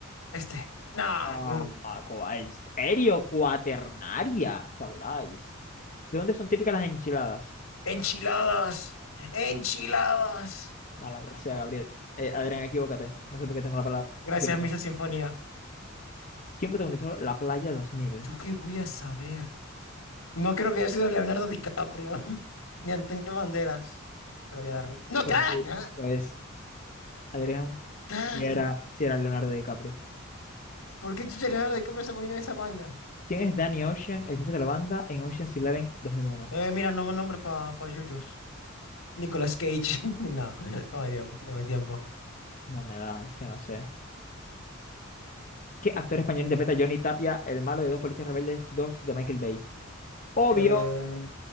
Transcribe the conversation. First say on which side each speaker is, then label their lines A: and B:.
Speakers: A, on the left (about 85°); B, on the left (about 40°).
A: este. Nah,
B: Ah,
A: mm,
B: co- ¿en serio? Cuaternaria. ¿Qué habláis? ¿De dónde son típicas las enchiladas?
A: enchiladas. Enchiladas.
B: Malandra sea, Gabriel. Eh,
A: Mm,
B: Adrián, equivócate. No sé por qué tengo la palabra.
A: Gracias,
B: Dios mío.
A: Misa Sinfonía.
B: ¿Quién protagonizó La Playa 2000?
A: ¿Yo qué voy a saber? No creo que haya sido Leonardo DiCaprio, <laughs> ni Antonio Banderas. Pero voy a darle. ¡No,
B: Pues,
A: ca!
B: sí,
A: ca-
B: pues Adrián,
A: ca.
B: si era, si era Leonardo DiCaprio.
A: ¿Por qué chucha Leonardo DiCaprio se pone en esa vaina?
B: ¿Quién es Danny Ocean, el jefe de la banda en Ocean's Eleven 2001?
A: Eh, mira, nuevo nombre para pa pa' Yoyos. Nicolas Cage. <laughs> No, no hay, tiempo- no hay tiempo.
B: No me da, es que no sé. ¿Qué actor español interpreta a Johnny Tapia, el malo de Dos Policías Rebeldes 2 de Michael Bay? Obvio,
A: Eh,